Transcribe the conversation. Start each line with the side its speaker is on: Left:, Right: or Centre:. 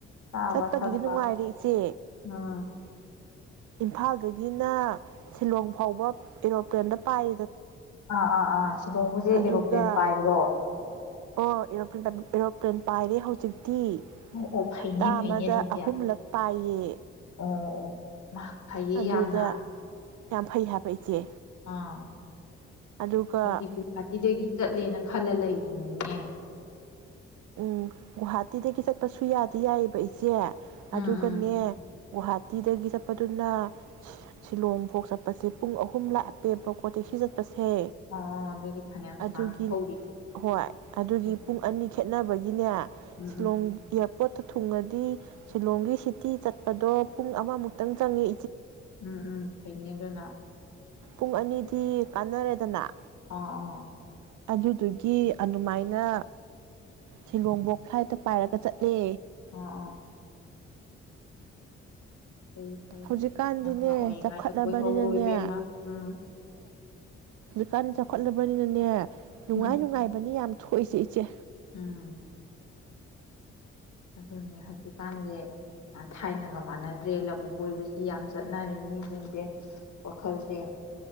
Left: ꯆꯥꯕ
Right: ꯆꯠꯄꯒꯤꯗꯤ
Left: ꯊꯛꯄ
Right: ꯅꯨꯡꯉꯥꯏꯔꯦ ꯏꯆꯦ꯫
Left: ꯎꯝ
Right: ꯏꯝꯐꯥꯜꯗꯒꯤꯅ ꯁꯤꯂꯣꯡ ꯐꯥꯎꯕ ꯑꯦꯔꯣꯄ꯭ꯂꯦꯟꯗ ꯄꯥꯏ
Left: ꯑ ꯑꯥ ꯑꯥ꯫ ꯁꯤꯂꯣꯡꯕꯁꯦ ꯑꯦꯔꯣꯄ꯭ꯂꯦꯟ
Right: ꯑꯗꯨꯒ
Left: ꯄꯥꯏꯕ꯭ꯔꯣ?
Right: ꯑꯣ ꯑꯦꯔꯣꯄ꯭ꯂꯦꯟ ꯑꯦꯔꯣꯄ꯭ꯂꯦꯟ ꯄꯥꯏꯔꯦ ꯍꯧꯖꯤꯛꯇ ꯇꯤ
Left: ꯑꯣ ꯑꯣ ꯐꯩꯅꯦ
Right: ꯍꯞꯇꯥ
Left: ꯐꯩꯅꯦ
Right: ꯑꯃꯗ
Left: ꯑꯗꯨꯗꯤ
Right: ꯑꯍꯨꯝꯂꯛ
Left: ꯑꯣ
Right: ꯄꯥꯏꯌꯦ
Left: ꯑꯣ ꯃꯥ ꯐꯩꯌꯦ
Right: ꯑꯗꯨꯗ
Left: ꯌꯥꯝꯅ
Right: ꯌꯥꯝ ꯐꯩ ꯍꯥꯏꯕ ꯏꯆꯦ꯫
Left: ꯑꯥ
Right: ꯑꯗꯨꯒ
Left: ꯑꯩꯗꯤ ꯒꯨꯍꯥꯇꯤꯗꯒꯤ ꯆꯠꯂꯦꯅ ꯈꯂ ꯂꯩꯔꯤꯅꯤꯅꯦ꯫
Right: ꯎꯝ ꯒꯨꯍꯥꯇꯤꯗꯒꯤ ꯆꯠꯄꯁꯨ ꯌꯥꯗꯤ ꯌꯥꯏꯑꯕ ꯏꯆꯦ꯫
Left: ꯎꯝ
Right: ꯑꯗꯨꯒꯅꯦ
Left: ꯎꯝ
Right: ꯒꯨꯍꯥꯇꯤꯗꯒꯤ ꯆꯠꯄꯗꯨꯅ ꯁꯤꯂꯣꯡꯐꯥꯎ ꯆꯠꯄꯁꯦ ꯄꯨꯡ ꯑꯍꯨꯝ ꯂꯥꯄꯦꯕ ꯇꯦꯛꯁꯤ ꯆꯠ ꯄꯥꯁꯦ
Left: ꯑꯣ ꯑꯗꯨꯗꯤ ꯐꯅꯌꯥꯝ
Right: ꯑꯗꯨꯒꯤ
Left: ꯁꯥꯡꯅ ꯊꯧꯔꯤꯅꯦ
Right: ꯍꯣꯏ ꯑꯗꯨꯒꯤ
Left: ꯎꯝ
Right: ꯄꯨꯡ ꯑꯅꯤ ꯈꯦꯠꯅꯕꯒꯤꯅꯦ
Left: ꯎꯝ
Right: ꯁꯤꯂꯣꯡ ꯏꯌꯥꯔ ꯄꯣꯠꯇ ꯊꯨꯡꯉꯗꯤ ꯁꯤꯂꯣꯡꯒꯤ ꯁꯤꯇꯤ ꯆꯠꯄꯗꯣ ꯄꯨꯡ ꯑꯃꯃꯨꯛꯇꯪ ꯆꯪꯉꯤ꯫
Left: ꯎꯝ - ꯎꯝ ꯐꯩꯅꯦ ꯑꯗꯨꯅ꯫
Right: ꯄꯨꯡ ꯑꯅꯤꯗꯤ ꯀꯥꯟꯅꯔꯦꯗꯅ꯫
Left: ꯑꯥ - ꯑꯥ꯫
Right: ꯑꯗꯨꯗꯨꯒꯤ ꯑꯗꯨꯃꯥꯏꯅ ꯁꯤꯂꯣꯡꯐꯣꯛ ꯐ꯭ꯂꯥꯏꯠꯇ ꯄꯥꯏꯔꯒ ꯆꯠꯂꯦ꯫
Left: ꯑꯥ - ꯑꯥ꯫ ꯑꯩ ꯐꯔꯦꯅ
Right: ꯍꯧꯖꯤꯛꯀꯥꯟꯗꯤꯅꯦ
Left: ꯅꯍꯥ ꯑꯣꯏꯔꯤꯉꯩꯗ
Right: ꯆꯥꯎꯈꯠꯂꯕꯅꯤꯅꯅꯦ
Left: ꯀꯣꯏꯍꯧꯔꯣꯏꯕꯦꯝꯃ ꯎꯝ
Right: ꯍꯧꯀꯥꯟ ꯆꯥꯎꯈꯠꯂꯕꯅꯤꯅꯅꯦ ꯅꯨꯡꯉꯥꯏ
Left: ꯎꯝ
Right: ꯅꯨꯡꯉꯥꯏꯕꯅꯤ ꯌꯥꯝ ꯊꯣꯛꯏꯁꯦ ꯏꯆꯦ
Left: ꯎꯝ ꯑꯗꯨꯅꯦ ꯍꯧꯖꯤꯛꯀꯥꯟꯖꯦ ꯊꯥꯏꯅꯒ ꯃꯥꯟꯅꯗ꯭ꯔꯦ ꯂꯝ ꯀꯣꯏꯕꯁꯤ ꯌꯥꯝ ꯆꯠꯅꯔꯦ ꯃꯤꯁꯤꯡꯁꯦ ꯋꯥꯈꯜꯁꯦ